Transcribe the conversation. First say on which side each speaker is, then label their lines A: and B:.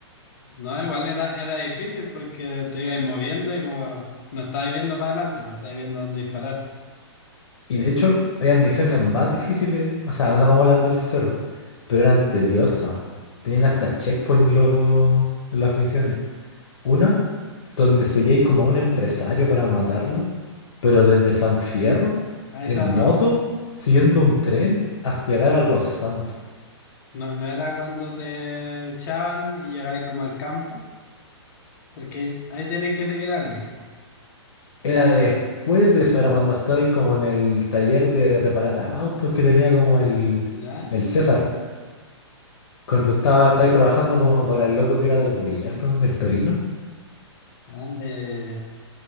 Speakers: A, on the left; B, on the left.
A: No, igual era, era difícil porque te ibas moviendo y como no estabas viendo para adelante, pues estabas viendo dónde disparar.
B: Y de hecho, había misiones más difíciles, o sea, no como las del Zoro, pero eran tediosas. Tenían hasta checkpoint lo- las misiones. Una donde seguíais como a un empresario para matarlo, pero desde San Fierro,
A: A esa
B: en moto,
A: no,
B: siguiendo un tren hasta llegar a Los Santos.
A: no, no era cuando te echaban y llegabas como al campo, porque ahí, ahí tenéis que seguir a alguien, pues.
B: Era después de eso, era cuando estabais como en el taller de reparar autos que tenía como el,
A: ¿Ya?
B: el César. Cuando estaba, estáis trabajando como para el loco que era del gobierno, el Torino.
A: Ah, ya, ya, ya.